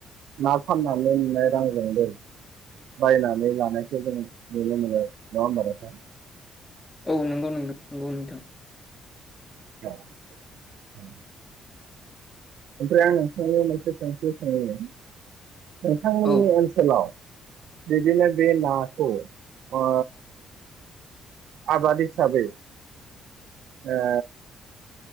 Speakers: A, on the right; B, on the left.
A: ना फाननानै नुनाय रांजोंनो बायनानै लानायखौ जों नुनो मोनो नङा होनबा नोंथां
B: औ नंगौ नों नंगौ नोंथां
A: औ उम ओमफ्राय आं नोंथां नाव मोनसे सोंथि सोंनि नोंथांमोननि
B: औ
A: ओनसोलाव बिदिनो बे नाखौ ओ आबाद हिसाबै ओ